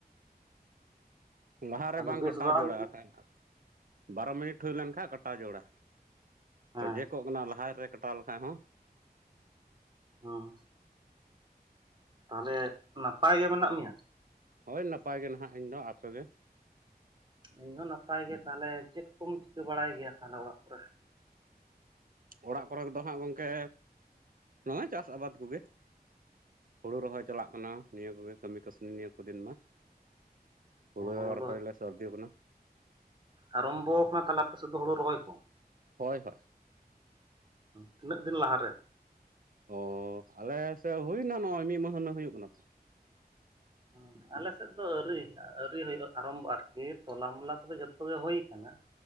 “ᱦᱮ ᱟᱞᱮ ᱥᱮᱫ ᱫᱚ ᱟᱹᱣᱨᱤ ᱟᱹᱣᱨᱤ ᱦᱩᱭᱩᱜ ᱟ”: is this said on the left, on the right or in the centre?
Right